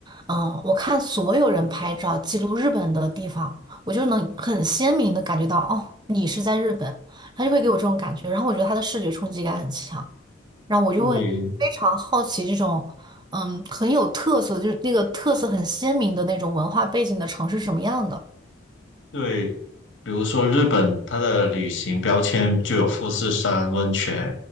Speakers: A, on the right; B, on the left.
A: 嗯，我看所有人拍照记录日本的地方，我就能很鲜明的感觉到，哦，你是在日本，他就会给我这种感觉，然后我觉得它的视觉冲击感很强，然后我就会非常好奇这种，
B: 对，
A: 嗯，很有特色，就是那个特色很鲜明的那种文化背景的城市是什么样的。
B: 对，比如说日本，它的旅行标签就有富士山温泉，